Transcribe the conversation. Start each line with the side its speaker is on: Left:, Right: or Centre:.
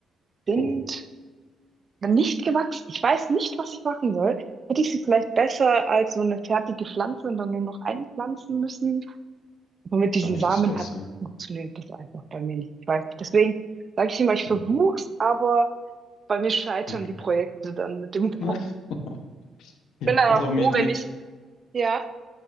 Right: Sind
Left: Oh,
Right: nicht gewachsen. Ich weiß nicht, was ich machen soll. Hätte ich sie vielleicht besser als so eine fertige Pflanze und dann nur noch einpflanzen müssen? Aber mit
Left: wahrscheinlich
Right: diesen Samen
Left: ist es besser.
Right: hat
Left: Ja.
Right: funktioniert das einfach bei mir nicht. Ich weiß nicht. Deswegen sage ich immer, ich versuch's,
Left: Ja,
Right: aber bei mir scheitern
Left: kein Glück.
Right: die Projekte dann mit dem <laughs> Garten.
Left: <laughs> Ja,
Right: Ich bin aber
Left: Also
Right: froh,
Left: mit,
Right: wenn
Left: mit
Right: ich, ja,